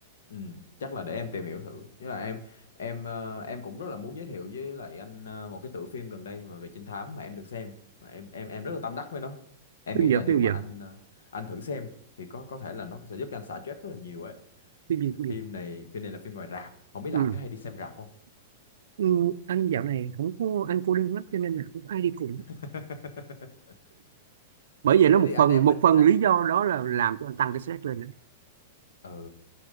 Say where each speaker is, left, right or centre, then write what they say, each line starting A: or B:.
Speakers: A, on the left; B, on the right.
A: ừm, chắc là để em tìm hiểu thử nhưng mà em em ờ, em cũng rất là muốn giới thiệu với lại anh ờ, một cái tựa phim gần đây mà về trinh thám mà em được xem mà em em em rất là tâm đắc với nó em
B: phim
A: nghĩ
B: giờ
A: là nếu
B: phim
A: mà
B: giờ
A: anh ờ, anh thử xem thì có có thể là nó sẽ giúp cho anh xả stress rất là nhiều ấy
B: phim gì cũng
A: phim
B: được
A: này phim này là phim ngoài rạp không biết là
B: ừ.
A: anh có hay đi xem rạp không
B: ừ. anh dạo này không có anh cô đơn lắm cho nên là không có ai đi cùng
A: <laughs>
B: bởi vậy nó
A: thế
B: một
A: thì anh
B: phần
A: em
B: một
A: mình
B: phần
A: anh
B: lý do đó là làm cho anh tăng cái stress lên đó.
A: ừ